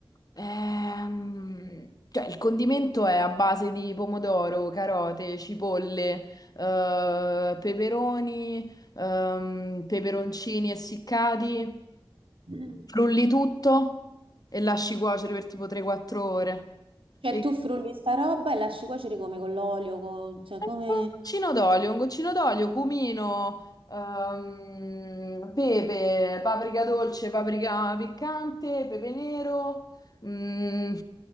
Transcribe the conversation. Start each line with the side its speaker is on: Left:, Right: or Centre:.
Left: ehm, cioè, il condimento è a base di pomodoro, carote, cipolle, eh, peperoni, ehm, peperoncini essiccati.
Right: Cioè
Left: Frulli tutto e lasci cuocere per tipo 3-4 ore. E
Right: tu frulli sta roba e lasci cuocere come con l'olio, co- cioè
Left: Un
Right: come...
Left: goccino d'olio, un goccino d'olio, cumino, ehm, pepe, paprika dolce, paprika piccante, pepe nero, mm,